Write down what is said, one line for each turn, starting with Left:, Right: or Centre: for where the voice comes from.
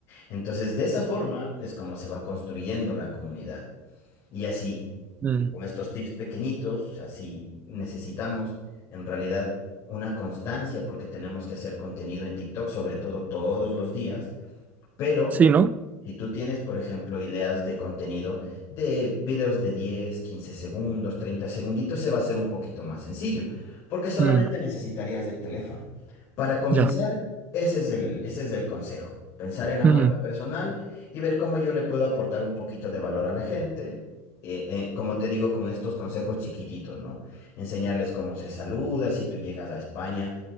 Left: Entonces, de esa forma es como se va construyendo la comunidad. Y así,
Right: mm.
Left: con estos tips pequeñitos, así necesitamos en realidad una constancia porque tenemos que hacer contenido en TikTok, sobre todo todos los días, pero
Right: Sí, ¿no?
Left: si tú tienes, por ejemplo, ideas de contenido de videos de 10, 15 segundos, 30 segunditos, se va a hacer un poquito más sencillo, porque solamente
Right: Mm,
Left: necesitarías del teléfono. Para comenzar,
Right: ya,
Left: ese es el, ese es el consejo. Pensar en la
Right: mm,
Left: marca personal y ver cómo yo le puedo aportar un poquito de valor a la gente. eh, eh, como te digo, con estos consejos chiquititos, ¿no? Enseñarles cómo se saluda, si tú llegas a España,